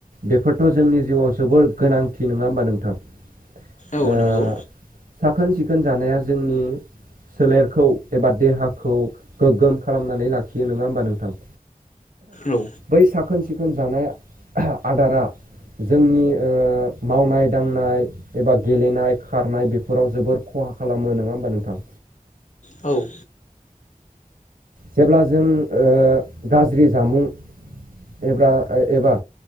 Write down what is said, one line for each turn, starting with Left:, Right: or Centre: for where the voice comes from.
Right: बेफोरथ' जोंनि जिउआव जोबोर गोनांथि नङा होमबा नोंथां?
Left: औ
Right: ओ
Left: नोंगौ।
Right: साखोन सिखोन जानाया जोंनि सोलेरखौ एबा देहाखौ गोग्गोम खालामनानै लाखियो नङा होमबा नोंथां?
Left: औ
Right: बै साखोन सिखोन जानाय आदारा जोंनि ओ मावनाय दांनाय एबा गेलेनाय खारनाय बेफोराव जोबोर खहा खालामो नङा होमबा नोंथां?
Left: औ
Right: जेब्ला जों ओ गाज्रि जामुं एब्ला एबा